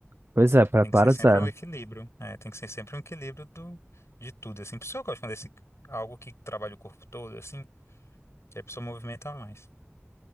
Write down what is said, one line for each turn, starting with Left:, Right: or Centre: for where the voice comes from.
Right: Pois é, prepara
Left: Tem que ser sempre
Right: zero.
Left: um equilíbrio. É, tem que ser sempre um equilíbrio do, de tudo, assim. Por isso que eu gosto quando esse, algo que trabalha o corpo todo, assim, que a pessoa movimenta mais.